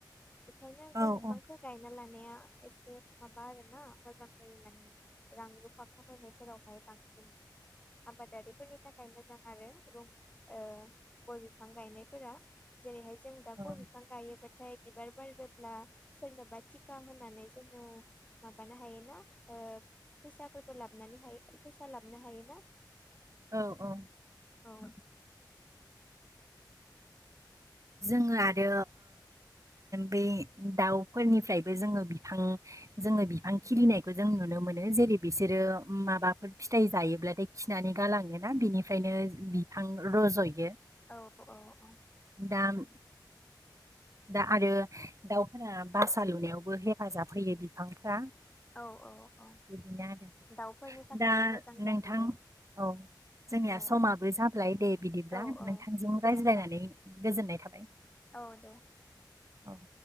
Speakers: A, on the left (about 20°); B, on the right (about 45°).
A: बेखायनो
B: औ
A: गय बिफांफोर
B: औ
A: गायना लाङो एसे माबा आरोना मोजां जायो मान रां रुफा फाखा फायनायफोरावहाय बांसिन आबाद दारि फोरनि थाखाय मोजां आरो गय बिफां गायनायफोरा जेरैहाय जों दाउ'
B: औ
A: बिफां गायोब्लााथाय बिबार बारिबो ब्ला सोरनोबा टिका होनानै जोङो माबानो हायोना फैसा फोरबो लाबोनानै हायो फैसा लाबोनो हायोना
B: औ औ
A: औ
B: जोङो आरो बै दाउफोरनिफ्रायबो जोङो बिफां जोङो बिफां खिलिनायखौ जों नुनो मोनो जेरै बिसोरो माबाफोर फिथाइ जायोब्लाथाय खि- नानै गालाङोना बिनिफ्रायनो बिफां रजयो
A: औ औ औ
B: दाम दा आरो दाउफोरा बासा लुनायावबो हेफाजाब होयो बिफांफ्रा
A: औ औ औ
B: बिदिनो आरो
A: दाउफोरनि थाखायबो
B: दा
A: मोजां जाहैबाय
B: नोंथां औ जोंनिया
A: औ
B: समाबो जाबय दे बिदिब्ला
A: औ औ
B: नोंथांजों
A: दे
B: रायज्लायनानै
A: होमबा
B: गोजोननाय थाबाय।
A: औ दे
B: औ